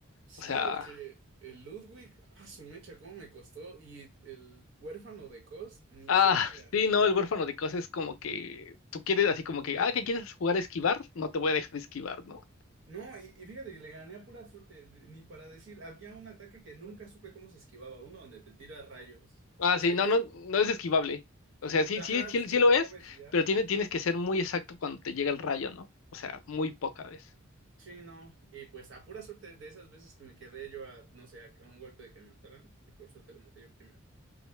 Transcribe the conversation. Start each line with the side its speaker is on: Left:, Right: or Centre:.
Right: Sí,
Left: O sea,
Right: porque el Ludwig, ah, su mecha, cómo me costó. Y el huérfano de Cos, ni
Left: ah,
Right: se diga.
Left: sí, no, el huérfano de cosas es como que tú quieres así como que, ah, que quieres jugar a esquivar, no te voy a dejar esquivar, ¿no?
Right: No, y, y fíjate que le gané a pura suerte, de- ni para decir, había un ataque que nunca supe cómo se esquivaba, uno donde te tira rayos.
Left: Ah,
Right: O
Left: sí,
Right: sea,
Left: no,
Right: yo,
Left: no, no es esquivable. O sea, sí,
Right: ajá,
Left: sí, sí, sí
Right: te
Left: lo
Right: lo
Left: es,
Right: comes y ya.
Left: pero tiene, tienes que ser muy exacto cuando te llega el rayo, ¿no? O sea, muy poca vez.
Right: Sí, no. Y pues a pura suerte de esas veces que me quedé yo a, no sé, a, a un golpe de que me mataran, y por suerte lo maté yo primero.